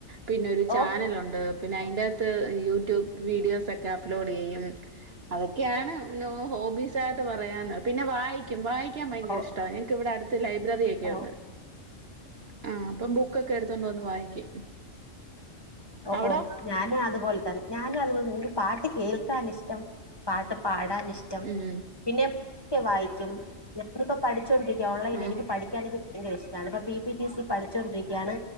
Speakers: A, on the right; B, on the left.
A: പിന്നെ ഒരു ചാനലുണ്ട്
B: ഓ
A: പിന്നെ അയിന്റെ അകത്ത് യൂട്യൂബ് വീഡിയോസ് ഒക്കെ അപ്‌ലോഡ് ചെയ്യും അതൊക്കെയാണ് ഹോ ഹോബീസ് ആയിട്ട് പറയാൻ പിന്നെ വായിക്കും വായിക്കാൻ ഭയങ്കര
B: ഓ
A: ഇഷ്ടമാ ഞങ്ങക്ക് ഇവിടെ അടുത്ത് ലൈബ്രറി റിയൊക്കെയുണ്ട്
B: ഓ
A: ആ അപ്പം ബുക്കൊക്കെ എടുത്തോണ്ട് വന്ന് വായിക്കും
B: ഓ
A: അവിടോ
B: ഓ ഞാനും അതുപോലെ തന്നെ ഞാനും അതുപോലെ തന്നെ പാട്ട് കേൾക്കാൻ ഇഷ്ടം പാട്ട് പാടാൻ ഇ ഇഷ്ടം
A: ഉം
B: പിന്നെ വായിക്കും ഞാനിപ്പോ പഠിച്ചോണ്ടിരിക്ക ഓൺലൈനിൽ
A: ആ
B: എനിക്ക് പഠിക്കാനെക്കെ ഭയങ്കര ഇഷ്ടമാണ് ഇപ്പൊ പി ടി ടി സി പഠിച്ചുകൊണ്ടിരിക്കയാണ്